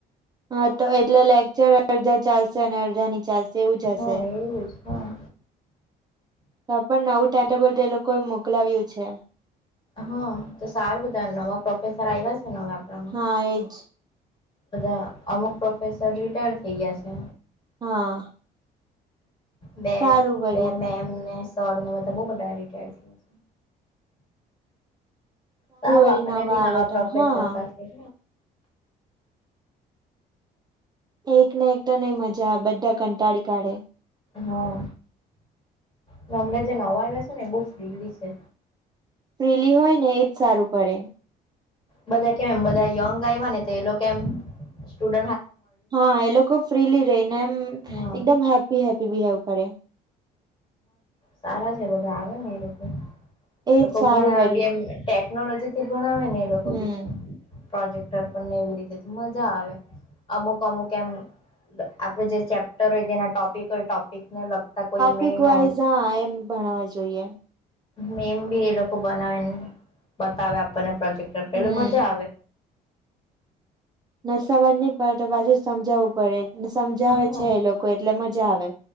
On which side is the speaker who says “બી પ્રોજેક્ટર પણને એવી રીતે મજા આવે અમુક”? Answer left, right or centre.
Left